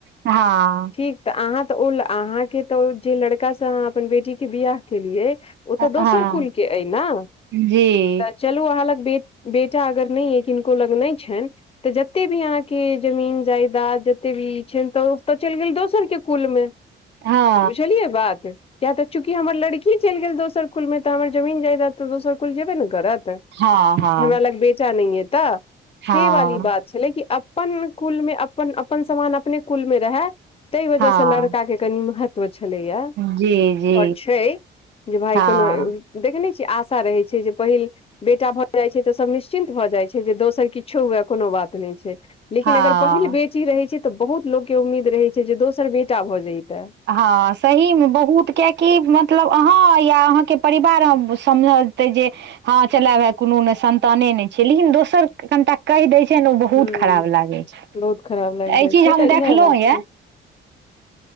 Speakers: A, on the right; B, on the left.
A: हां।
B: ठीक तऽ अहाँ तऽ ओ अहाँ के तऽ जे लड़का से अहाँ अपन बेटी के बियाह केलियै ओ तऽ दोसर
A: हँ
B: कुल के अइ न।
A: जी
B: चलू अहाँ लग बे - बेटा अगर नहि अइ किनको लग नहि छनि तऽ जते भी अहाँके जमीन जायदाद जते भी छैन, तऽ ओत चलि गेल दोसर के कुल मे
A: हँ।
B: बुझलियै बात किया तऽ चूँकि हमर लड़की चलि गेल दोसर कुलमे, तऽ हमर जमीन जायदा तऽ दोसर कुल जेबे ने करत।
A: हँ। हँ
B: हमरा लग बेटा नै अय तऽ
A: हँ
B: से वाली बात छलै कि अपन कुल मे अपन समान अपने कुल मे रहै ताहि वजह
A: हँ
B: से लड़का के कनि महत्व छलैया,
A: जी जी
B: ओर छै जे भााय
A: हँ
B: कोनो देखने छीयै आशा रहे छै जे पहिल बेटा भए जाय छै, तऽ सब निश्चिन्त भए जाय छै। जे दोसर किछु हुए कोनो बात नहि छै, लेकिन
A: हँ
B: अगर पहिल बेर बेटी रहै छै तऽ बहुत लोकके के उम्मीद रहै छै, जे दोसर बेटा भऽ जइतै।
A: हँ सही में बहुत कियाकि मतलब अहाँ या अहाँके परिवार समझलतै जे हं चलाय भाय कोनो ने संन्ताने नै छियै, लेकिन दोसर कनिटा कहि दै छै ने ओ बहुत
B: हूँ
A: खराब लागै छै,
B: बहुत खराब लागि
A: एहि
B: जाइ
A: चीज
B: छै
A: हम
B: तऽ
A: देखलहुँ
B: इएह बात
A: यऽ
B: छै हँ।